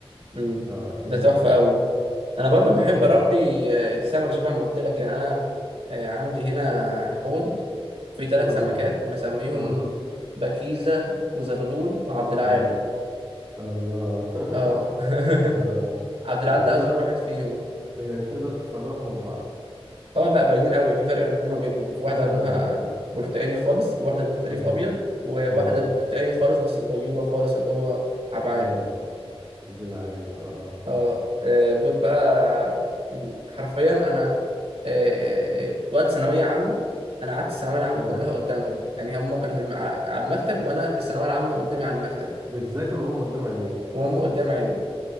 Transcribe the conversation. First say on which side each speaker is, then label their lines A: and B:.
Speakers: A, on the right (about 75°); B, on the right (about 30°).
A: مم.
B: اه
A: ده
B: يبات
A: تحفه
B: فيها
A: قوي
B: هو
A: انا
B: اه
A: برضو بحب
B: اه
A: اربي آه، السمك شبه ما قلت لك يعني انا آه، عندي هنا حوض فيه ثلاث
B: امم
A: سمكات
B: امم
A: مسميهم
B: إمم.
A: بكيزة وزغلول وعبد العال
B: الله الله <laughs>
A: اه <laughs>
B: آه
A: عبد العال
B: وتقدر
A: ده اصغر واحد فيهم
B: يعني تقدر تفرقهم من بعض
A: اه لا باينين قوي في فرق كبير ما بينهم في واحدة
B: اه
A: لونها
B: اه
A: برتقاني خالص وواحدة برتقاني
B: اه
A: في ابيض وواحدة
B: اه
A: برتقاني خالص بس صغيرة خالص اللي هو عبعال
B: اه دي العين اه
A: اه آه، دول بقى حرفيا انا آه، آه، وقت ثانويه عامه انا قعدت الثانويه العامه
B: اه
A: كلها قدامهم يعني هم كانوا في الم... ع- على المكتب وانا الثانويه العامه قدامي على المكتب
B: بتذاكروا هم قدام عينيك
A: وهم قدام عيني